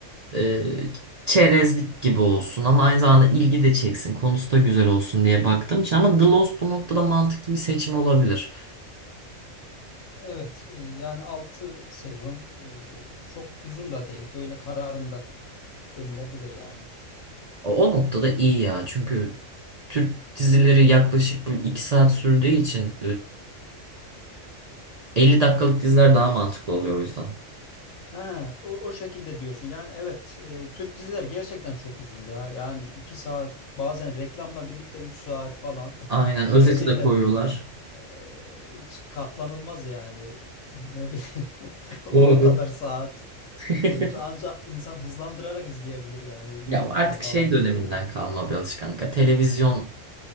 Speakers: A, on the right (about 45°); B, on the left (about 85°).
A: e, çerezlik gibi olsun ama aynı zamanda ilgi de çeksin. Konusu da güzel olsun diye baktığım için ama The Lost bu noktada mantıklı bir seçim olabilir.
B: Evet, e, yani 6 sezon e, çok uzun da değil. Böyle kararında denilebilir yani.
A: O o noktada iyi ya çünkü Türk dizileri yaklaşık bu 2 saat sürdüğü için e, 50 dakikalık diziler daha mantıklı oluyor o yüzden.
B: Ha, o, o şekilde diyorsun. Yani evet, e, Türk diziler gerçekten çok uzun ya. Yani iki saat bazen reklamla birlikte 3 saat falan.
A: Aynen
B: <laughs>
A: özeti
B: Gerçekten
A: de koyuyorlar.
B: e, hiç katlanılmaz yani. Ne bileyim <laughs> o, o
A: Doğru.
B: kadar saat
A: <laughs>
B: boyunca ancak insan hızlandırarak izleyebilir yani
A: Ya
B: YouTube'dan
A: artık
B: falan
A: şey döneminden
B: bir yerden.
A: kalma bir alışkanlık. ya, Televizyon